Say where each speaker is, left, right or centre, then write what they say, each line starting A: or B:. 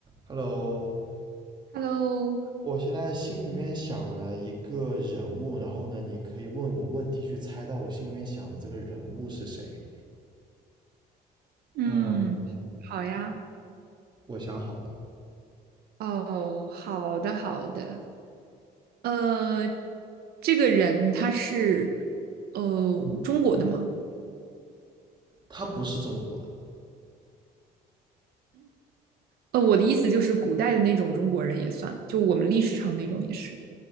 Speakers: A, on the right; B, on the right.
A: Hello，
B: Hello，
A: 我现在心里面想了一个人物，然后呢，你可以问我问题，去猜到我心里面想的这个人物是谁。
B: 嗯，
A: 嗯，
B: 好呀，
A: 我想好了，
B: 哦，好的，好的，呃，这个人他是呃中国的吗？
A: 他不是中国的，
B: 呃，我的意思就是古代的那种中国人也算，就我们历史上那种也是，